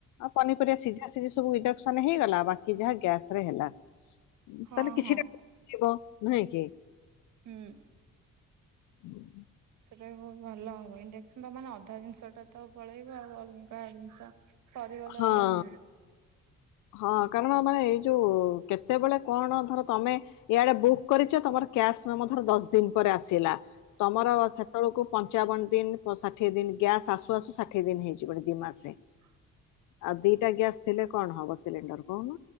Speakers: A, on the left; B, on the right.
A: ପନିପରିବା ସିଝା ସିଝି ସବୁ ଇଣ୍ଡକ୍ସନ ହେଇଗଲା ବାକି ଯାହା ଗ୍ୟାସ ରେ ହେଲା।
B: ହଁ
A: ତାହେଲେ କିଛିଟା
B: ହଁ
A: <inaudible> ନୁହେଁ କି?
B: ହୁଁ।
A: ଉଁ।
B: ସେଟା ବି ବୋହୁତ ଭଲ ହବ ଇଣ୍ଡକ୍ସନ ମାନେ ଅଧା ଜିନିଷ ଟା ତ ପଳେଇବ ଆଉ ଅଲଗା ଜିନିଷ ସରିଗଲେ
A: ହଁ
B: ବରଂ
A: ହଁ କାରଣ ଆମେ ଏଇ ଯୋଉ କେତେବେଳେ କଣ ଧର ତମେ ଇଆଡ଼େ ବୁକ୍ କରିଛ ତମର କ୍ୟାସ୍ <unintelligible> ଧର ଦଶ ଦିନ ପରେ ଆସିଲା। ତମର ସେ ତଳକୁ ପଞ୍ଚାବନ ଦିନ ପ ଷାଠିଏ ଦିନ ଗ୍ୟାସ୍ ଆସୁ ଆସୁ ଷାଠିଏ ଦିନ ହେଇଜୀବଣି ଦିଇ ମାସ୍ ଯାଏଁ।
B: ହ
A: ଆଉ ଦିଟା ଗ୍ୟାସ ଥିଲେ କଣ ହବ ସିଲିଣ୍ଡର କହୁନ